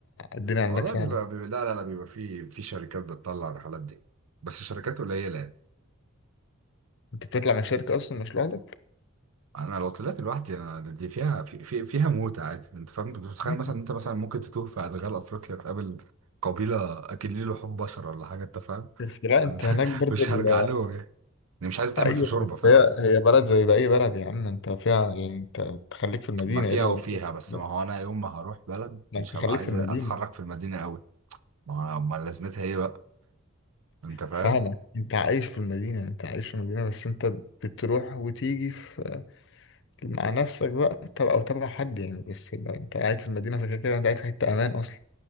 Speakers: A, on the left (about 60°); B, on the right (about 70°).
A: الدنيا عندك
B: والله
A: سهلة؟
B: بيبقى, بيبقى لا لا لا بيبقى في في شركات بتطلع الرحلات دي بس شركات قليله يعني
A: انت بتطلع مع شركة اصلا مش لوحدك؟
B: انا لو طلعت لوحدي انا دي فيها في في فيها موت عادي انت فاهم انت بتتخيل
A: <laughs>
B: مثلا انت مثلا ممكن تتوه في ادغال افريقيا تقابل قبيله اكلين لحوم بشر ولا حاجه انت فاهم
A: بس لا
B: <laughs>
A: انت هناك برضه
B: مش
A: ال...
B: هرجع لهم يعني يعني مش عايز اتعمل
A: ايوه
B: في شوربه
A: بس
B: فاهم
A: هي هي بلد زي باقي بلد يا عم انت فيها يعني انت تخليك في المدينة
B: ما فيها
A: ايه اللي
B: وفيها
A: هيديك بس
B: بس
A: لا
B: ما هو انا يوم ما هروح بلد
A: ده
B: مش
A: انت خليك
B: هبقى عايز
A: في المدينة
B: اتحرك في المدينه قوي ما هو ما لازمتها ايه بقى انت فاهم
A: فاهمك انت عايش في المدينة انت عايش في المدينة بس انت بتروح وتيجي في مع نفسك بقى طب او تبع حد يعني بس لو انت قاعد في المدينه فكده كده انت قاعد في حته امان اصلا